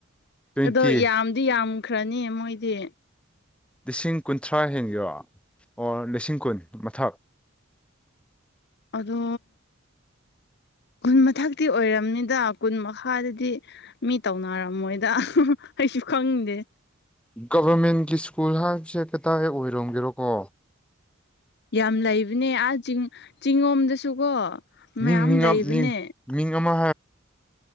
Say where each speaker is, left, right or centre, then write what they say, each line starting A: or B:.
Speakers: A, in the centre; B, on the left.
A: ꯇ꯭ꯋꯦꯟꯇꯤ
B: ꯑꯗꯣ ꯌꯥꯝꯗꯤ ꯌꯥꯝ ꯈ꯭ꯔꯅꯤ ꯃꯣꯏꯗꯤ
A: ꯂꯤꯁꯤꯡ ꯀꯨꯟꯊ꯭ꯔꯥ ꯍꯦꯟꯈꯤꯕꯔ ꯑꯣꯔ ꯂꯤꯁꯤꯡ ꯀꯨꯟ ꯃꯊꯛ
B: ꯑꯗꯣ ꯀꯨꯟ ꯃꯊꯛꯇꯤ ꯑꯣꯏꯔꯕꯝꯅꯤꯗ ꯀꯨꯟ ꯃꯈꯥꯗꯗꯤ ꯃꯤ ꯇꯧꯅꯔꯝꯃꯣꯏꯗ ꯑꯩꯁꯨ ꯈꯪꯗꯦ
A: ꯒꯕꯔꯃꯦꯟꯒꯤ ꯁ꯭ꯀꯨꯜ ꯍꯥꯏꯕꯁꯦ ꯀꯗꯥꯏ ꯑꯣꯏꯔꯣꯝꯒꯤꯔꯣꯀꯣ
B: ꯌꯥꯝ ꯂꯩꯕꯅꯦ ꯑꯥ ꯆꯤꯡ ꯆꯤꯡꯉꯣꯝꯗꯁꯨꯀꯣ ꯃꯌꯥꯝ
A: ꯃꯤꯡ ꯃꯤꯡ
B: ꯂꯩꯕꯅꯦ
A: ꯃꯤꯡ ꯃꯤꯡ ꯑꯃ